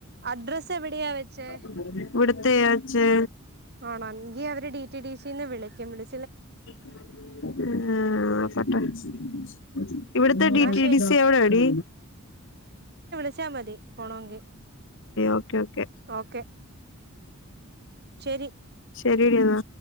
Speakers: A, on the right; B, on the left.
A: അഡ്രസ്സ് എവിടെയാ വെച്ചേ
B: <unintelligible> ദേ അച്ചേ
A: ആണോ എങ്കീ അവര് ഡി റ്റി ഡി സിന്ന് വിളിക്കും വിളി
B: <unintelligible> ഇവിടത്തെ
A: എന്നാ
B: ഡി റ്റി
A: ശരി
B: ഡി സി എവിടാടീ?
A: വിളിച്ച മതി പോണോങ്കി
B: ഓക്കെ ഓക്കെ
A: ഓക്കെ ശെരി.
B: ശരീടി എന്നാ.